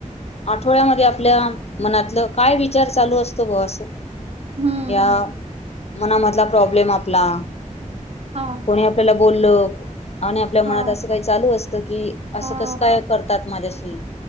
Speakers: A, on the left; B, on the right.
A: आठवड्यामध्ये आपल्या मनातलं काय विचार चालू असतो भाऊ असं
B: हं,
A: या
B: हं.
A: मनामधला प्रॉब्लेम आपला
B: हा
A: कोणी आपल्याला बोललं आणि आपल्या मनात
B: हां,
A: अस काय चालू असत की असं
B: हां.
A: कसं काय करतात माझ्याशी